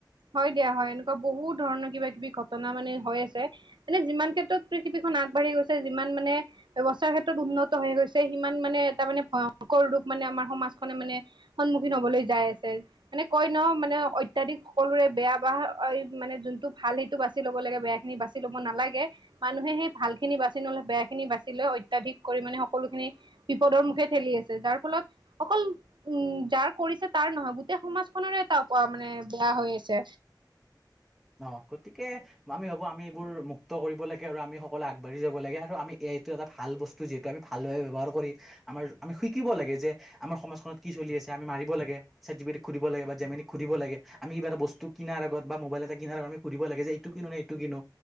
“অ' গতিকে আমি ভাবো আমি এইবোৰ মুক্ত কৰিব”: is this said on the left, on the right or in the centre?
Centre